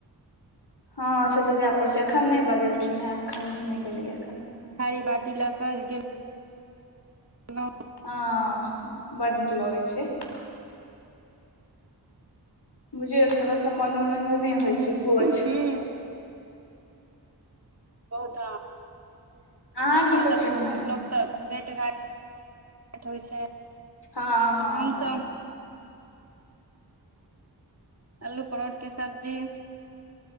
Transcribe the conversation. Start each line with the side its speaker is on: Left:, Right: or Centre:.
Left: हँ से तऽ जाय पड़े छै। एखन नहि बजेलखिन हें, एखन नहि गेलैय।
Right: थारी बाटी लऽ क गेल लौं
Left: हँ, बड नीक लऽगै छै। बुझियौ एक तरहसँ मनोरंजने होइ छै भोज।
Right: बहुत बहुत
Left: अहाँ की
Right: <unintelligible> हँस
Left: सब खेलहुँ
Right: दू
Left: हेँ
Right: लोक सब भेट घांट होइ छै?
Left: हाँ हँ
Right: हम
Left: हँ
Right: तऽ अल्लू परोड़ के सब्जी